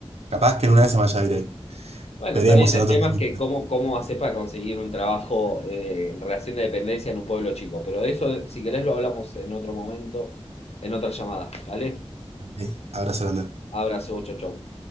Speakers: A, on the right (about 80°); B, on the left (about 75°).
A: Capaz que en una de esas me vaya a ir ahí.
B: Bueno,
A: Veremos
B: está bien. El
A: en otro
B: tema
A: capítulo.
B: es que cómo, cómo haces para conseguir un trabajo eh, en relación de dependencia en un pueblo chico. Pero de eso, si querés, lo hablamos en otro momento, en otra llamada, ¿vale?
A: Eh, Abrazo grande.
B: Abrazo, chau, chau.